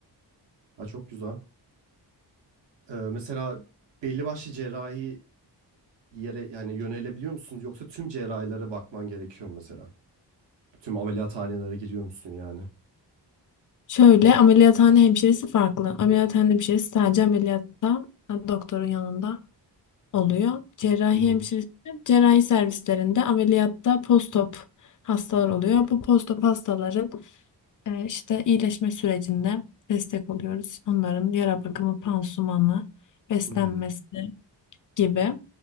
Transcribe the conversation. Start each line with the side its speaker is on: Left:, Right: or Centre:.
Right: Ha, çok güzel. Ee, mesela belli başlı cerrahi yere yani yönelebiliyor musunuz Yoksa tüm cerrahilere bakman gerekiyor mu mesela? Tüm ameliyathanelere giriyor musun yani?
Left: Şöyle ameliyathane hemşiresi farklı. Ameliyathane hemşiresi sadece ameliyatta doktorun yanında. oluyor. Cerrahi
Right: Hı hı.
Left: hemşiresi, cerrahi servislerinde ameliyatta postop hastalar oluyor. Bu postop hastaların e, işte iyileşme sürecinde destek oluyoruz. Onların yara bakımı, pansumanı, beslenmesi
Right: Hı.
Left: gibi.